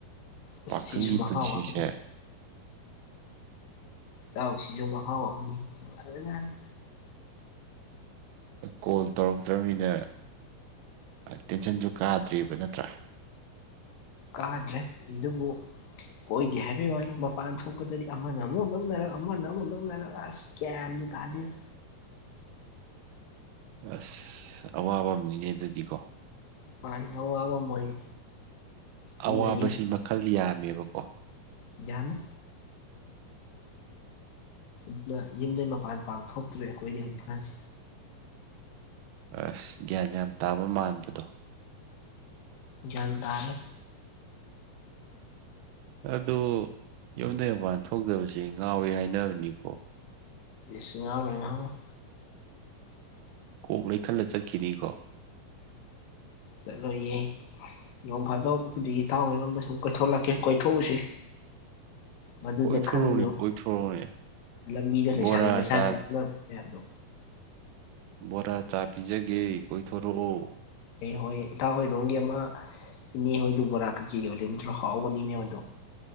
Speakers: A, on the left; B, on the right.
A: ꯑꯁ
B: ꯄꯥꯈꯪꯒꯤ
A: ꯁꯤꯁꯨ ꯃꯍꯥꯎ
B: ꯄꯨꯟꯁꯤꯁꯦ
A: ꯑꯃꯅꯤ ꯇꯥꯎ ꯁꯤꯖꯨ ꯃꯍꯥꯎ ꯑꯃꯅꯤ <unintelligible>
B: ꯀꯣꯜ ꯇꯧꯔꯛꯇ꯭ꯔꯝꯅꯤꯅ ꯑ ꯇꯦꯟꯁꯟꯁꯨ ꯀꯥꯗ꯭ꯔꯦꯕ ꯅꯠꯇ꯭ꯔꯥ
A: ꯀꯥꯗ꯭ꯔꯦ ꯑꯗꯨꯕꯨ ꯀꯣꯏꯗꯦ ꯍꯥꯏꯕꯩ ꯋꯥꯅꯤ ꯃꯄꯥꯟ ꯊꯣꯛꯄꯗꯗꯤ ꯑꯃꯅ ꯑꯃꯨꯛ ꯂꯛꯅꯔꯛ ꯑꯃꯅ ꯑꯃꯨꯛ ꯂꯛꯅꯔꯛ ꯑꯁ ꯒ꯭ꯌꯥꯟ ꯇꯥꯗꯦꯗ
B: ꯑꯁ ꯑꯋꯥꯕ ꯑꯃꯅꯤꯅꯦ ꯑꯗꯨꯗꯤꯀꯣ
A: ꯃꯥꯅꯦ ꯑꯋꯥꯕ ꯑꯃ ꯑꯣꯏ ꯑꯗꯨꯅ
B: ꯑꯋꯥꯕꯁꯤ ꯃꯈꯜ ꯌꯥꯝꯃꯦꯕꯀꯣ
A: ꯌꯥꯅꯤ <unintelligible> ꯌꯨꯝꯗꯩ ꯃꯄꯥꯟ ꯄꯥꯛ ꯊꯣꯛꯇ꯭ꯔꯦ ꯑꯩꯈꯣꯏꯗꯤ ꯍꯧꯖꯤꯛꯀꯥꯟꯁꯦ
B: ꯑꯁ ꯒ꯭ꯌꯥꯟ ꯌꯥꯝ ꯇꯥꯕ ꯃꯥꯟꯕꯗꯣ
A: ꯒ꯭ꯌꯥꯟ ꯇꯥꯔꯦ
B: ꯑꯗꯨ ꯌꯨꯝꯗꯩ ꯃꯄꯥꯟ ꯊꯣꯛꯇꯕꯁꯤ ꯉꯥꯎꯋꯤ ꯍꯥꯏꯅꯕꯅꯤꯀꯣ
A: ꯏꯁ ꯉꯥꯎꯔꯣꯢ ꯉꯥꯎꯔꯣꯢ
B: ꯀꯣꯛ ꯂꯩꯈꯠꯂ ꯆꯠꯈꯤꯅꯤ ꯀꯣ
A: ꯆꯠꯂꯣꯏꯌꯦ ꯅꯣꯡ ꯐꯥꯗꯣꯛꯄꯨꯗꯤ ꯏꯇꯥꯎꯍꯣꯏꯔꯣꯝꯗ ꯁꯨꯝ ꯀꯣꯏꯊꯣꯛꯂꯛꯀꯦ ꯀꯣꯏꯊꯣꯛꯎꯁꯤ
B: <inaudible>
A: ꯃꯗꯨꯗ
B: ꯀꯣꯏꯊꯣꯔꯛꯎꯅꯦ
A: ꯈꯪꯕꯤꯌꯣꯡ
B: ꯀꯣꯏꯊꯣꯔꯛꯎꯅꯦ
A: ꯂꯝꯕꯤꯗ
B: ꯕꯣꯔꯥ
A: ꯂꯩꯁꯥꯕꯤ ꯃꯆꯥ
B: ꯆꯥ
A: ꯂꯛꯅꯕ ꯃꯌꯥꯝꯗꯣ
B: ꯕꯣꯔꯥ ꯆꯥ ꯄꯤꯖꯒꯦ ꯀꯣꯏꯊꯣꯔꯛꯑꯣ
A: ꯍꯣꯏ ꯍꯣꯏꯌꯦ ꯏꯇꯥꯎꯍꯣꯏꯔꯣꯝꯒꯤ ꯑꯃ ꯏꯅꯦ ꯍꯣꯏꯗꯨ ꯕꯣꯔꯥ ꯀꯩꯆꯤ ꯌꯣꯜꯂꯤꯝꯇ꯭ꯔꯣ ꯍꯥꯎꯕꯅꯤꯅꯦ ꯃꯗꯣ